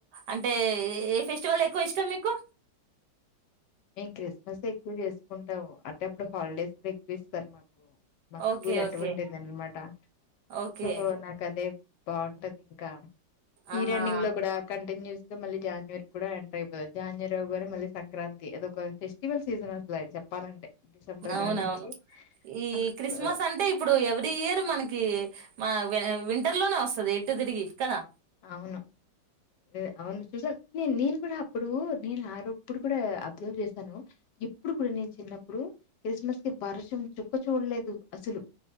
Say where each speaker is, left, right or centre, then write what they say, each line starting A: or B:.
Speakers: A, on the right; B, on the left.
A: అంటే ఏ ఫెస్టివల్ ఎక్కువిష్టం మీకు.
B: మేమ్ క్రిస్మసె ఎక్కువ జేసుకుంటాము అంటే అప్పుడు హాలిడేస్ కూడా ఎక్కువిస్తారు మాకు. ఊ మా స్కూల్
A: ఓకే
B: అటువంటిదిన్మాట
A: ఓకే ఓకే
B: సో నాకదే. బాగుంటదింకా. ఇయరెండింగ్
A: ఆహా
B: లో కూడా కంటిన్యూస్. మళీ జాన్వరి కూడా ఎంటర్ అయిపో జాన్వరి అవగనే మళ్ళీ సంక్రాం. స్టివల్ సీజన్ అసలా చెప్పాలంటే. డిసెంబర్
A: అవునవును
B: కాడ నుంచి
A: ఈ
B: మనకు
A: క్రిస్మస్
B: స-
A: అంటే ఇప్పుడు ఎవ్రీ ఇయర్ మనకి మా. వే వింటర్ లోనే వస్సది ఎటు దిరిగి కదా.
B: అవును. ఏ అవును చూసాను నే నేను కూడా అప్పుడు నేను ఆరోప్పుడు కూడా అబ్జర్వ్ చేశాను ఏ. ప్పుడు కూడా నేను చిన్నప్పుడు క్రిస్మస్ కి వర్షం చుక్క చూడలేదు అసలు.